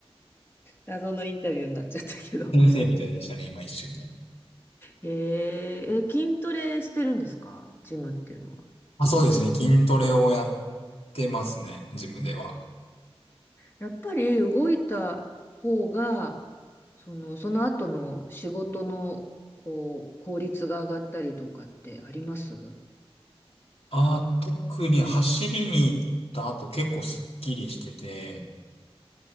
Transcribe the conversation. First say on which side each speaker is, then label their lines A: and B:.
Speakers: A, on the left (about 20°); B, on the left (about 75°).
A: 謎のインタビューになっちゃったけど。
B: 先生みたいでしたね、今一瞬ね。
A: へええ、筋トレしてるんですかジムっていうのは。
B: まあ、そうですね。筋トレをやってますね。ジムでは。
A: やっぱり動いた方が、その、その後の仕事の、こう、効率が上がったりとかってあります
B: あ、特に走りに行った後結構スッキリしてて、